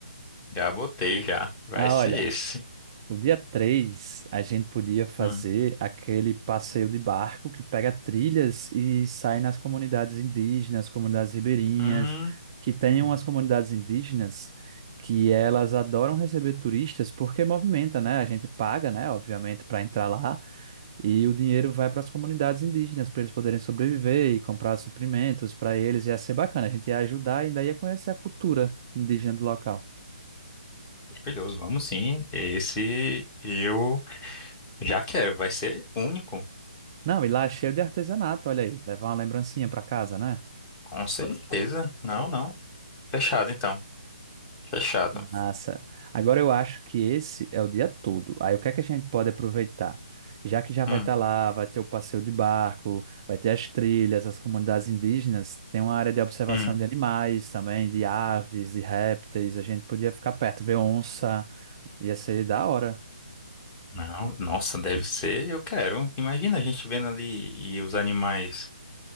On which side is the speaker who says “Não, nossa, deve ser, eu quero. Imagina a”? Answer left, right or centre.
Left